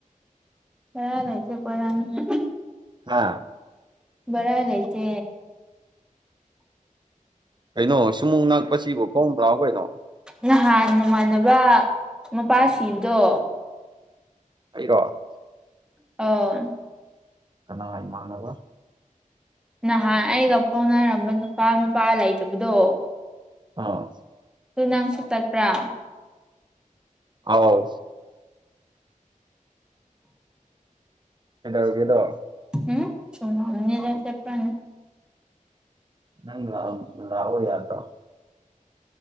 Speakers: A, in the centre; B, on the right.
A: ꯕꯔꯥ ꯂꯩꯇꯦ ꯀꯣꯏꯔꯛꯅꯤꯉꯥꯏ꯫
B: ꯍꯥꯥ
A: ꯚꯥꯔ ꯂꯩꯇꯦ
B: ꯀꯩꯅꯣ ꯁꯨꯃꯨꯡ ꯅꯛꯄꯁꯤꯕꯨ ꯈ‌ꯣꯡꯅ ꯂꯥꯛꯑꯣ ꯀꯩꯅꯣ
A: ꯅꯍꯥꯟ ꯅꯃꯥꯟꯅꯕ ꯃꯄꯥ ꯁꯤꯕꯗꯣ
B: ꯑꯩꯔꯣ
A: <unintelligible>
B: ꯀꯅꯥꯏ ꯏꯃꯥꯟꯅꯕ
A: ꯅꯍꯥꯟ ꯑꯩꯒ ꯐꯥꯎꯅꯔꯝꯕ ꯅꯨꯄꯥ ꯃꯄꯥ ꯂꯩꯇꯕꯗꯣ
B: ꯑꯥ
A: ꯑꯗ‌ꯣ ꯅꯪꯁꯨ ꯇꯠꯄ꯭ꯔꯥ
B: ꯑꯥꯎ ꯀꯩꯗꯧꯔꯒꯦꯗꯣ
A: ꯍꯝ ꯁꯨꯝ ꯍꯪꯕꯅꯤꯗ ꯆꯠꯄ꯭ꯔꯅ꯫
B: ꯅꯪ ꯂꯥꯛ ꯂꯥꯛꯑꯣ ꯌꯥꯗ꯭ꯔꯣ